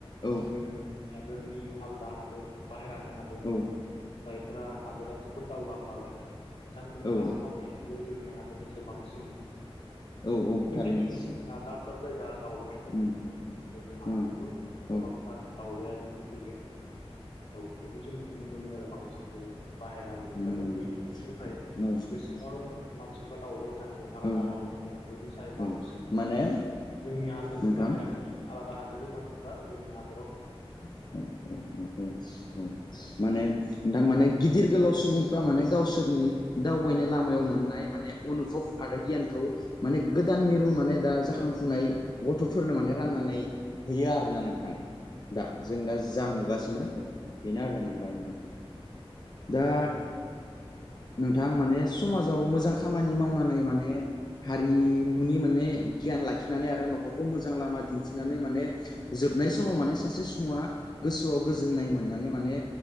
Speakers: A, on the left (about 45°); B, on the left (about 80°).
A: औ
B: जोंनि हादोरनि आलदा हादोर बाहेरानि हादोरफोर
A: औ
B: जायफोरा हादोरा बद दावगाखाबाय। बिथांमोननि
A: औ
B: रांखावरियबो जोंनि हादोरनिफ्राय बांसिन
A: औ औ
B: बेखायनो
A: थारैनो
B: बिथांमोना दाब दाब जायगा दावबायनायखौ जों
A: उम
B: नुनो मोनो जोंनि हादरावबो
A: औ औ
B: गोबांथार दावबायारि बेफोर फैयो। औ बेखौ जों नुनो मोनो आरो बांसिन जों बाहेरानि
A: नुनो
B: बा जोंनि
A: मोनो
B: हादरनिफ्राय
A: औ
B: जेसेबां मा सिफोर दावबायनो थाङो आलादा
A: औ
B: हादोरफ्राव बेनि सायाव बांसिन
A: औ माने
B: जोंनि हादोरनि
A: नोंथां
B: बाहेरानि आलादा हादो जेरै मानसिफ्रा जोंनि हा
A: <unintelligible> माने नोंथां माने गिदिर गोलाव स सुबुंफ्रा माने गावसोरनि दावबायनाय लामायाव मोननाय माने अनुभब आरो गियानखौ माने गोदान मिरु माने दा जाखांफुनाय गथ'फोरनो माने राननानै हैयो आरोना नोंथां। दा जों दा जा नुगासिनो औ बेनो आरो होनना दा नोंथां दा
B: मोनो नंगौ
A: नोंथां माने समाज जाव गाव मोजां खामानि मावनानै माने हारिमुनि माने गियान लाखिनानै आरो न'खरखौ मोजां लामा दिन्थिनानै माने जोबनाय समाव माने सासे सुबुङा गोसोआव गोजोननाय मोननानै माने